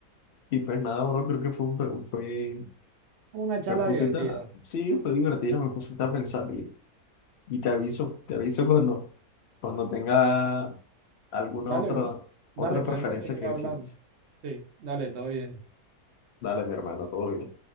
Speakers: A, on the left; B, on the right.
A: Y pues nada, bro, creo que fue un, pe- fue,
B: Una charla
A: me pusiste,
B: divertida.
A: a- sí, fue divertido, me pusiste a pensar y, y te aviso, te aviso cuando, cuando tenga alguna
B: Dale,
A: otra,
B: bro.
A: otra
B: Dale,
A: preferencia
B: podemos seguir
A: que
B: hablando.
A: decirte.
B: Sí, dale, todo bien.
A: Dale, mi hermano, todo bien.